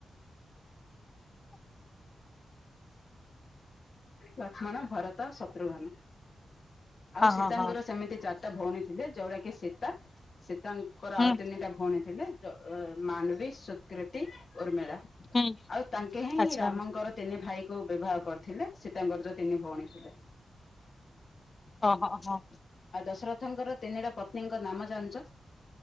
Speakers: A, on the left; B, on the left.
A: ଲକ୍ଷ୍ମଣ, ଭରତ, ଶତ୍ରୁଘ୍ନ ଆଉ ସୀତାଙ୍କର
B: ହଁ ହଁ
A: ସେମିତି ଚାରି ଟା ଭଉଣୀ ଥିଲେ ଯୋଉଟା କିି ସୀତା ସୀତାଙ୍କର
B: ହୁଁ
A: ଆଉ ତିନିଟା ଭଉଣୀ ଥିଲେ ଥିଲେ ମାଣ୍ଡବୀ, ସକୃତି, ଉର୍ମିଳା।
B: ହୁଁ
A: ଆଉ ତାଙ୍କେ ହିଁ
B: ଆଚ୍ଛା
A: ରାମଙ୍କର ତିନି ଭାଇ କ ବିବାହ କରି ଥିଲେ ସୀତାଙ୍କର ଯୋଉ ତିନି ଭଉଣୀ ଥିଲେ।
B: ଓହୋ ହଁ।
A: ଆଉ ଦଶରଥଙ୍କର ତିନିଟା ପତ୍ନୀଙ୍କ ନାମ ଜାଣିଛ?